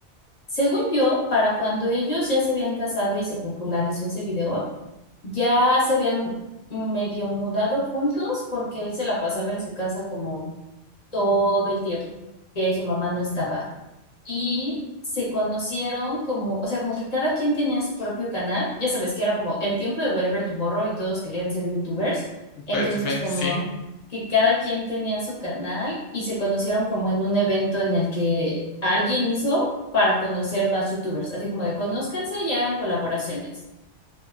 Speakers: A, on the left; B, on the left.
A: Según yo, para cuando ellos ya se habían casado y se popularizó ese video, ya se habían medio mudado juntos porque él se la pasaba en su casa como todo el tiempo que su mamá no estaba y se conocieron como, o sea, como que cada quien tenía su propio canal, ya sabes que era como el tiempo de Whatever Tomorrow y todos querían ser youtubers, entonces
B: Pues, pues,
A: como
B: sí.
A: que cada quien tenía su canal y se conocieron como en un evento en el que alguien hizo para conocer más youtubers, así como de conózcanse y hagan colaboraciones.